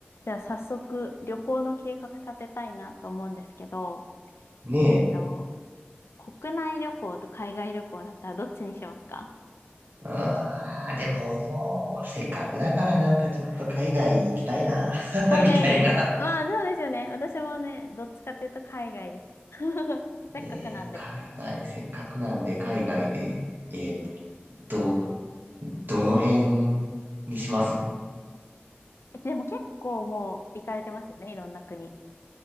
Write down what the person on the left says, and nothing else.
じゃあ早速旅行の計画立てたいなと思うんですけど、
えっと、国内旅行と海外旅行だったらどっちにしますか
海外で。
まあそうですよね。私もね、どっちかっていうと海外です。<laughs> せっかくなんで。
でも結構もう行かれてますよね、いろんな国。